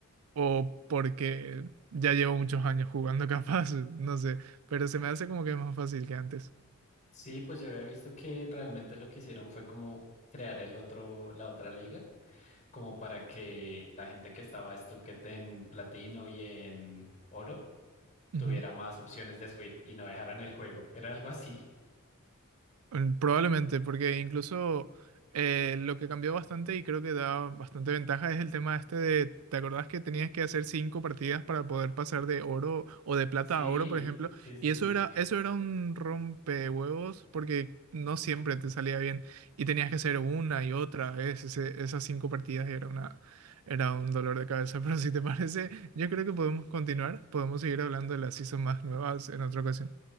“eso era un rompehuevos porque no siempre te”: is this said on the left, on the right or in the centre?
Right